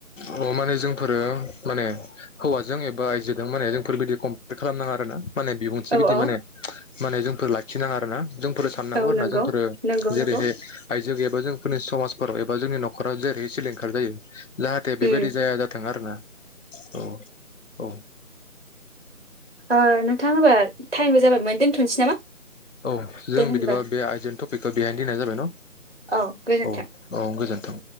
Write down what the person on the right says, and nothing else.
औ
औ
औ
नंगौ
नंगौ
नंगौ
उम
ओ नोंथां होमबा टाइमबो जाबाय मोन दोन थनसै नामा।
दे होनबा
औ गोजोन्थों।